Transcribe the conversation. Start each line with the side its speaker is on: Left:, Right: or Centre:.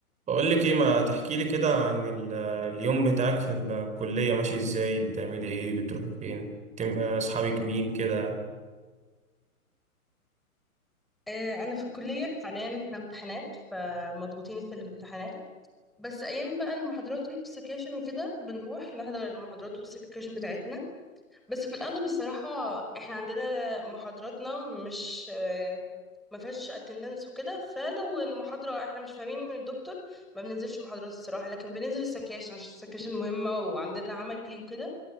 Right: بقول لك ايه ما تحكي لي كده عن ال- اليوم بتاعك في الكلية ماشي ازاي بتعملي ايه بتروحي فين تم- اصحابك مين كده
Centre: آه، انا في الكليه حاليا احنا امتحانات فمضغوطين في الامتحانات بس ايام بقى المحاضرات والسكاشن وكده بنروح نحضر المحاضرات والسكاشن بتاعتنا بس في الاغلب الصراحه احنا عندنا محاضراتنا مش آه، ما فيهاش اتندنس وكده فلو المحاضره احنا مش فاهمين من الدكتور ما بننزلش محاضرات الصراحه لكن بننزل السكاشن عشان السكاشن مهمه وعندنا عملي وكده